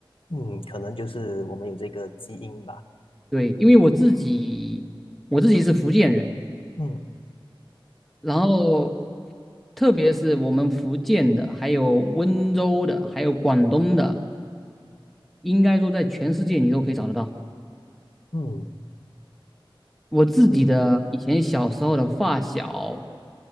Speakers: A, on the left (about 80°); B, in the centre.
A: 嗯，可能就是我们有这个基因吧。
B: 对，因为我自己，我自己是福建人，
A: 嗯
B: 然后特别是我们福建的，还有温州的，还有广东的，应该说在全世界你都可以找得到。
A: 嗯。
B: 我自己的以前小时候的发小，
A: 嗯